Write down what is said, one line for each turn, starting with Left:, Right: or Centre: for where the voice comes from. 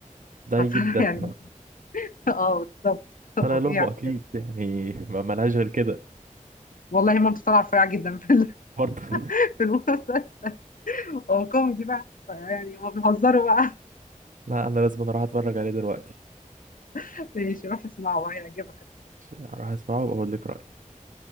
Right: ده
Left: فطالع
Right: يجيب ده
Left: يعني <laughs> اه بالظبط فظيع
Right: طلع لأمه
Left: بجد
Right: أكيد يعني ما ملهاش غير كده
Left: والله مامته طالعه رفيعه جدا في ال-
Right: برضه <laughs>
Left: <laughs> في المسلسل هو كوميدي بقى يعني هما بيهزروا بقى
Right: لا أنا لازم أروح أتفرج عليه دلوقتي
Left: <laughs> ماشي روح اسمعه هيعجبك
Right: أروح أسمعه وأقول لك رأيي